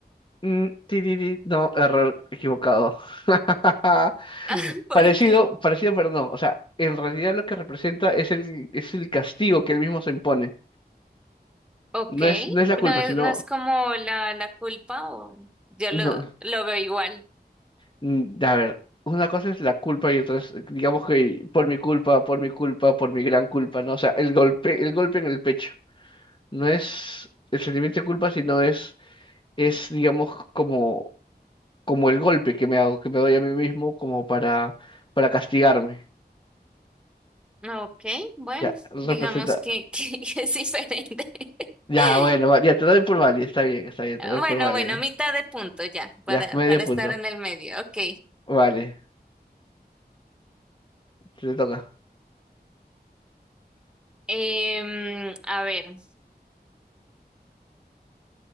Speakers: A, on the left; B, in the centre.
A: Mm, ti, ti, ti, No, error equivocado. <laughs>
B: <laughs> Porque,
A: Parecido, parecido, pero no. O sea, en realidad lo que representa es el, es el castigo que él mismo se impone.
B: ok,
A: No es, no es la culpa,
B: no es,
A: sino,
B: no es como la, la culpa o yo
A: no.
B: lo, lo veo igual.
A: Mm, A ver, una cosa es la culpa y otra es, digamos que por mi culpa, por mi culpa, por mi gran culpa, ¿no? O sea, el golpe, el golpe en el pecho. No es el sentimiento de culpa, sino es, es, digamos, como, como el golpe que me hago, que me doy a mí mismo como para, para castigarme.
B: Ok, bueno,
A: Ya, representa.
B: digamos que, que <laughs> es diferente.
A: Ya,
B: <laughs>
A: bueno, va- ya te doy por válida. Está bien, está bien, te doy por
B: Bueno,
A: válida.
B: bueno, mitad de punto ya, para,
A: Ya, medio
B: para
A: punto.
B: estar en el medio, ok.
A: Vale, te toca.
B: Em, a ver,